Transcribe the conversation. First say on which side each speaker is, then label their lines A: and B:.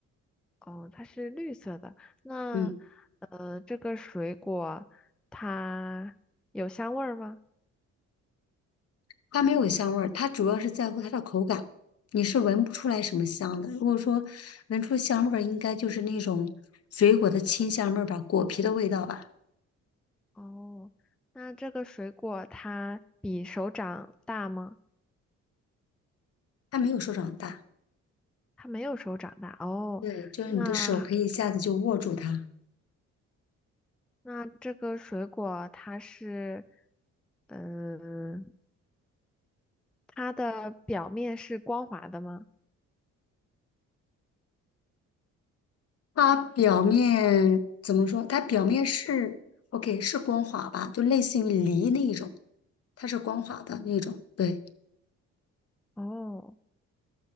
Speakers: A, in the centre; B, on the left.
A: 哦，它是绿色的。那，
B: 嗯，
A: 呃，这个水果它有香味儿吗？
B: 它没有香味儿，它主要是在乎它的口感，你是闻不出来什么香的。如果说闻出香味儿，应该就是那种水果的清香味儿吧，果皮的味道吧。
A: 哦，那这个水果它比手掌大吗？
B: 它没有手掌大，
A: 它没有手掌大。哦，
B: 对，就是你的手可以一下子就握住它。
A: 那那这个水果它是嗯，它的表面是光滑的吗？
B: 它表面怎么说？它表面是 OK，是光滑吧，就类似于梨那一种，它是光滑的那种。对。
A: 哦，